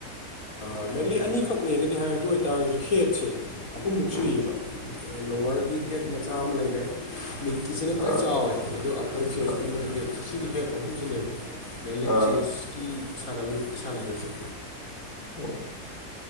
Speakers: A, on the left; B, on the left.
A: ꯑꯩ ꯃꯦꯟꯂꯤ ꯑꯅꯤ ꯈꯛꯅꯦꯒꯗꯤ ꯍꯥꯏꯔꯒ ꯑꯗꯨ ꯑꯣꯏꯇꯥꯔꯒꯖꯨ ꯍꯦꯠꯁꯦ ꯑꯍꯨꯝꯃꯨꯛ
B: ꯎꯝ
A: ꯁꯨꯏꯌꯦꯕ ꯑ ꯂꫭꯋ꯭ꯔꯉꯤ ꯍꯦꯠ ꯃꯆꯥ ꯑꯃ ꯂꯩꯔꯦ ꯃꯤꯠꯀꯤꯁꯤꯅ ꯈ꯭ꯋꯥꯏ
B: ꯑꯥ
A: ꯆꯥꯎꯋꯦ ꯑꯗꯨ ꯑꯞꯄ꯭ꯔ ꯆꯦꯁꯇꯤ
B: ꯑꯥ
A: ꯃꫭꯏ ꯈꯦꯛ ꯁꯤꯒꯤ ꯈꯦꯠ ꯑꯍꯨꯝꯁꯤꯅꯦꯕ ꯃꯦꯟꯂꯤ
B: ꯑꯥ
A: ꯆꯦꯁꯀꯤ ꯁꯥꯟꯅꯕ ꯅꯨꯃꯤꯠꯀꯤ ꯁꯥꯟꯅ ꯗꫭꯏꯖꯦ
B: ꯑꯣ